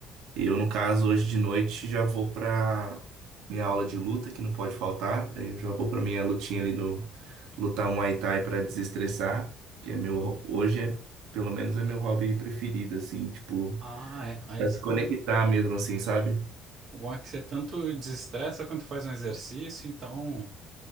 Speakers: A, on the right; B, on the right.
A: Eu, no caso, hoje de noite já vou pra minha aula de luta, que não pode faltar. Daí eu já vou pra minha lutinha ali do lutar um Muay Thai pra desestressar, que é meu ho- hoje é, pelo menos é meu hobby preferido assim, tipo,
B: Ah, é. Aí
A: pra
B: sim.
A: te conectar mesmo assim, sabe?
B: o bom é que você tanto desestressa quanto faz um exercício, então